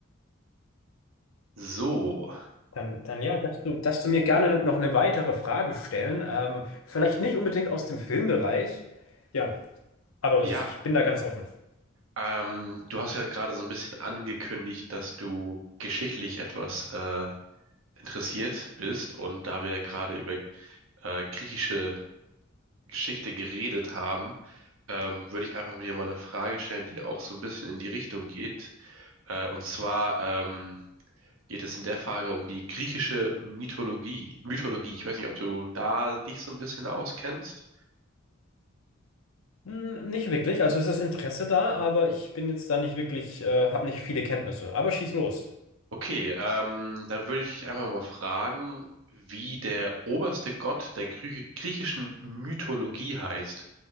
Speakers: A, on the right; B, on the left.
A: So,
B: Dann, dann ja, darfst du, darfst du mir gerne noch eine weitere Frage stellen. Ähm, vielleicht nicht unbedingt aus dem Filmbereich. Ja, aber das,
A: ja,
B: ich bin da ganz offen.
A: ähm, du hast ja gerade so ein bisschen angekündigt, dass du geschichtlich etwas äh, interessiert bist und da wir ja gerade über äh, griechische Geschichte geredet haben, ähm, würde ich einfach mit dir mal eine Frage stellen, die auch so ein bisschen in die Richtung geht. Äh, und zwar, ähm, geht es in der Frage um die griechische Mythologie. Mythologie, ich weiß nicht, ob du da dich so ein bisschen auskennst.
B: Hm, nicht wirklich. Also ist das Interesse da, aber ich bin jetzt da nicht wirklich, äh, habe nicht viele Kenntnisse. Aber schieß los.
A: Okay, ähm, dann würde ich dich einfach mal fragen, wie der oberste Gott der Grü griechischen Mythologie heißt.